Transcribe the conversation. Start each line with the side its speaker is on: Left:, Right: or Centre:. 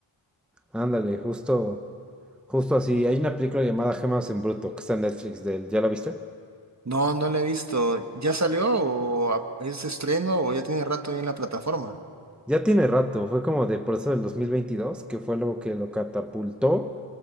Centre: Ándale, justo, justo así. Hay una película llamada Gemas en Bruto, que está en Netflix de él. ¿Ya la viste?
Right: No, no la he visto. ¿Ya salió o a- es de estreno o ya tiene rato ahí en la plataforma?
Centre: Ya tiene rato, fue como de por eso del 2022 que fue lo que lo catapultó